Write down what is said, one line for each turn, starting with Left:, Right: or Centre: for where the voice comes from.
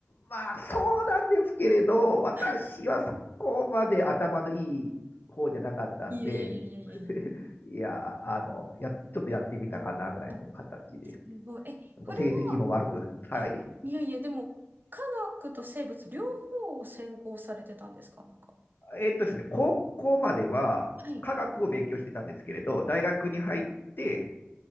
Left: まあ、そうなんですけれど、私はそこまで頭のいい方じゃなかったんで、
Right: はい。いやいやいや。いやいやいや。
Left: <laughs> いや、あの、や、ちょっとやってみたかなぐらいの形で、
Right: あ、すごい。え、
Left: もう成績も悪く、
Right: これは、
Left: はい。
Right: あ、いやいや、でも、科学と生物両方を専攻されてたんですかなんか。
Left: えっとですね、高校までは科学を勉強してたんですけれど、
Right: はい。
Left: 大学に入って